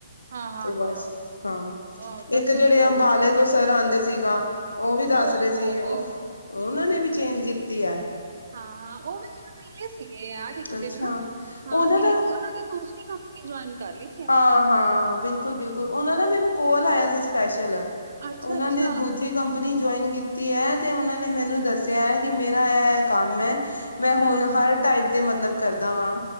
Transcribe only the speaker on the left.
ਤੇ ਬਸ,
ਹਾਂ
ਇੱਕ
ਜੇ ੜੇ
ਅੰਬਾਲੇ ਤੋਂ ਸਰ ਆਂਦੇ ਸੀਗਾ। ਓ ਵੀ ਦੱਸ
ਰਹੇ ਸੀ,
ਓਹ ਓਨਾਂ ਨੇ ਵੀ ਚੇਂਜ ਕੀਤੀ ਐ।
ਅੱਛਾ
ਉਹਨਾਂ
ਦਾ
ਹਾਂ-ਹਾਂ, ਬਿਲਕੁਲ ਬਿਲਕੁਲ ਓਨਾਂ
ਦਾ ਮੈਨੂੰ ਕੋਲ ਆਇਆ ਸੀ ਸਪੈਸ਼ਲ।
ਉਨਾਂ
ਨੇ
ਦੂਜੀ ਕੰਪਨੀ ਜੁਆਇਨ ਕੀਤੀ ਐ ਤੇ ਓਨਾਂ ਨੇ ਮੈਨੂੰ ਦੱਸਿਆ ਐ ਕਿ ਮੇਰਾ ਐ-ਐ ਕੰਮ ਐ। ਮੈਂ ਹੁਨ ਹਰ
ਟਾਈਪ ਦੇ ਮਤਲਬ ਕਰਦਾ ਵਾਂ,